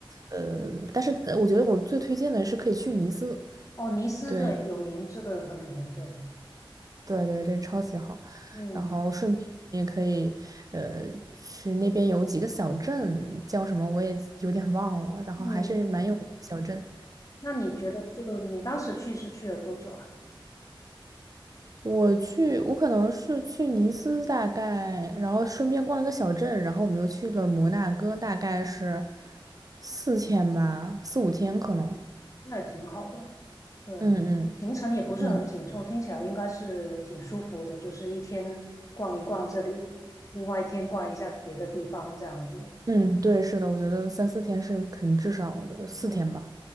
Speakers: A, on the right (about 40°); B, on the left (about 35°).
A: 呃，但是呃我觉得我最推荐的是可以去尼斯，
B: 哦，尼斯，
A: 对，
B: 对，有名，这个很有名，对。
A: 对对，这超级好。
B: 嗯
A: 然后顺便你也可以，呃，去那边有几个小镇，叫什么我也有点忘了，然后还是蛮有名的小镇。
B: 嗯，嗯那你觉得就你当时去是去了多久啊？
A: 我去，我可能是去尼斯大概，然后顺便逛了个小镇，然后我们又去了摩纳哥，大概是四天吧，四五天可能。
B: 那也挺好的。对，
A: 嗯嗯
B: 行程也不是很紧凑，
A: 嗯
B: 听起来应该是挺舒服的，就是一天逛一逛这里，另外一天逛一下别的地方这样子。
A: 嗯，对，是的，我觉得三四天是肯至少的，四天吧。
B: 嗯，